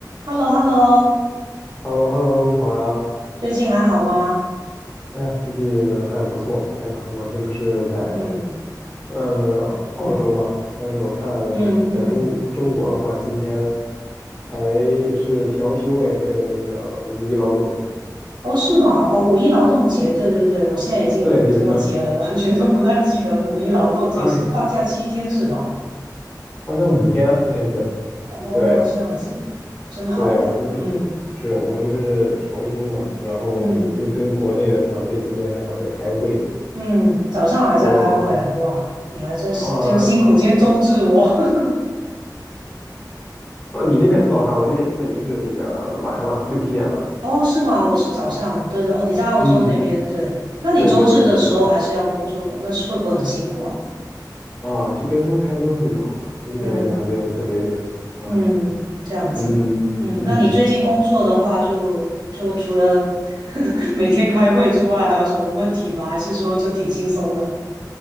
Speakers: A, on the right; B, on the left.
A: h e l l o h e l l o
B: h e l l o h e l l o 你好呀！
A: 最近还好吗？
B: 哎呀，最近还不错。哎呀，我这不是在
A: 嗯，
B: 呃澳洲嘛，但是我看
A: 嗯嗯，
B: 在中中国的话，今天还是调休哎，为了那个五一劳动节。
A: 哦，是吗？哦，五一劳动节，对对对，我现在已经有点脱节了，
B: 对，就调，
A: 完全都不太记得五一劳动节是放假七天是吧？
B: 哎，好像五天应该是。
A: 哦，
B: 对，
A: 这样子，真好哎。
B: 对，我这不是是我这不是调休嘛，
A: 嗯
B: 然后又跟国内的团队今天还要在开会。
A: 嗯嗯，早上还在开会啊，
B: 嗯嗯
A: 哇，你还真真辛苦，
B: 啊，
A: 今天周日我。
B: 呃
A: <laughs>
B: 哦，你那边是早上，我这边现在已经是那个晚上了，六七点了。
A: 哦，是吗？我是早上，对对，哦，你在澳洲那边，
B: 嗯，
A: 对，那你周日的时候还是要工作的，
B: 对对对，是的，
A: 那是会不会很辛苦啊？
B: 啊，就跟他们开个会就好了，整体来讲也没有特别那什么，
A: 嗯。
B: 我还，
A: 嗯，这样子。
B: 嗯嗯，
A: 嗯，那你最近工作的话就，就除了 <laughs> 每天开会之外，还有什么问题吗？还是说就挺轻松的？